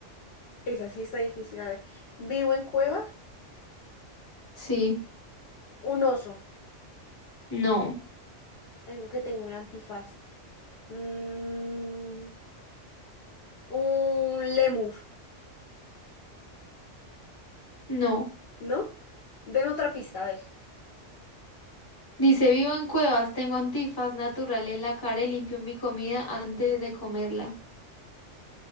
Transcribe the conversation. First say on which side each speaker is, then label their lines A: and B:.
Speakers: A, on the left; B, on the left.
A: esa sí está difícil. A ver, ¿vivo en cueva?
B: Sí,
A: Un oso,
B: no,
A: algo que tenga un antifaz. Mm, un lemur.
B: no.
A: ¿No? Deme otra pista, a ver.
B: Dice, vivo en cuevas, tengo antifaz natural en la cara y limpio mi comida antes de comerla.